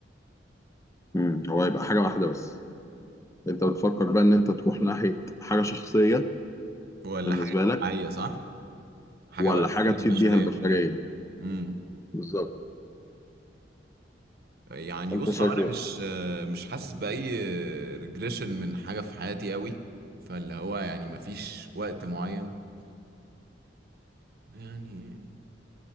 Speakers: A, on the left (about 15°); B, on the right (about 55°).
A: امم هو هيبقى حاجه واحده بس انت بتفكر بقى ان انت تروح ناحيه حاجه شخصيه
B: ولا
A: بالنسبه
B: حاجه اجتماعيه
A: لك
B: صح حاجه
A: ولا
B: بقى
A: حاجه
B: تفيد
A: تفيد
B: البشريه
A: بيها البشريه
B: كلها امم
A: بالظبط
B: يعني
A: انت
B: بص
A: شايف
B: هو انا
A: ايه
B: مش مش حاسس باي ريجريشن من حاجه في حياتي قوي فاللي هو يعني مفيش وقت معين يعني